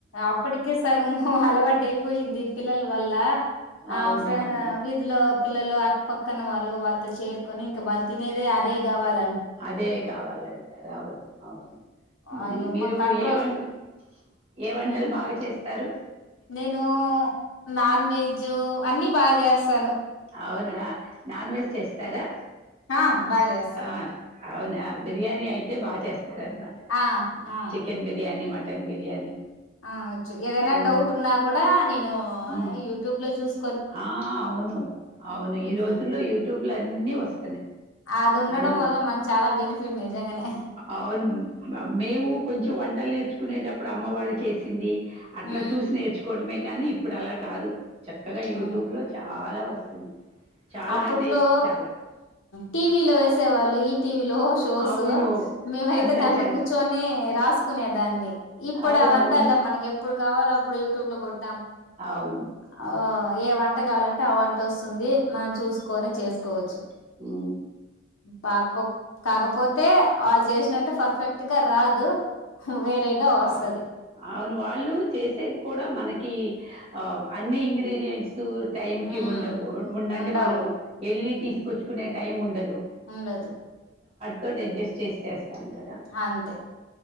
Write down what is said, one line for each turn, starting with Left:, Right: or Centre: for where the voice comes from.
Left: అప్పటికె సగం అలవా అయిపోయింది పిల్లల వల్ల ఆ
Right: అవునవును
Left: ఫ్రె వీదిలో పిల్లలు అక్కపక్కన వాళ్ళు వాళ్ళతో చేరుకొని ఇంకా వాళ్ళు తినేదే అదే కావాల
Right: అదే కావాలంటారు అవును అవును
Left: అయమ్మ
Right: మీరు
Left: కంట్రోల్
Right: ఏవంట ఏ వంటలు
Left: ఉమ్,
Right: బాగా చేస్ స్తారు
Left: నేను నాన్ వెజూ అన్ని బాగా చేస్తాను
Right: అవున నాన్ వెజ్ చేస్తారా
Left: హా బాగజేస్తా
Right: ఆ అవునా బిర్యానీ అయితే బాగా చేస్ <unintelligible>
Left: ఆ ఆ
Right: చికెన్ బిర్యానీ మ చికన్ బిర్యానీ
Left: ఆ వచ్చు ఏదన్నా
Right: మ్మ్,
Left: డౌట్ ఉన్నా కూడ నేను
Right: మ్మ్.
Left: యూట్యూబ్ లో చూస్
Right: ఆ అవును అవును ఈ
Left: ఉహు
Right: రోజుల్లో యూట్యూబ్ లొ అన్నీ వస్
Left: అది ఉండడం
Right: మనం
Left: వల్ల మనకు చాలా బెనిఫిట్ నిజంగానే
Right: అవును మేము కొంచెం వంటలు నేర్చు కునేటప్పుడు అమ్మ వాళ్ళు చేసింది అట్ల
Left: ఉ
Right: చూసి నేర్చుకో <unintelligible> మే కానీ ఇప్పుడు అలా కాదు చక్ <unintelligible>
Left: ఉ
Right: యూట్యూబ్ లో చ చాల వస్తుంది చాలా
Left: అప్పట్లో
Right: అంటే చాలా.
Left: టీవీలో వేసే వాళ్ళు ఈటీవి షోస్
Right: అవును.
Left: మేమయితే
Right: వంటలు
Left: దాంట్లో
Right: చేయాలి.
Left: కూర్చొని రాసుకునే దాన్ని ఇప్పుడు
Right: అవునవును.
Left: ఆ వంతాల్లో మనకి ఎప్పుడు కావాల అప్పుడు యూట్యూబ్ లో కొట్
Right: అవును.
Left: <unintelligible>
Right: అవును.
Left: ఏమం వంట కావాలంటే అ వంట వస్తుంది మనం చూసుకొని చేసుకోవచ్చు
Right: హు
Left: పాకో కాకపోతే వాళ్ళు చేసినట్టు పర్ఫెక్ట్ గ రాదు వేరేగా వస్తది
Right: ఆ అవును వాళ్ళు చేసేది కూడ మన కీ అన్ని ఇంగ్రీడియంట్స్ టైమ్
Left: మ్మ్
Right: కి ఉండవు ఉండంటే
Left: ఉండవు
Right: మనం వెళ్ళి తీసుకొచ్చుకునే టైం ఉండ
Left: ఉండదు
Right: తోటి అడ్జస్ట్ చెస్ కద
Left: అంతే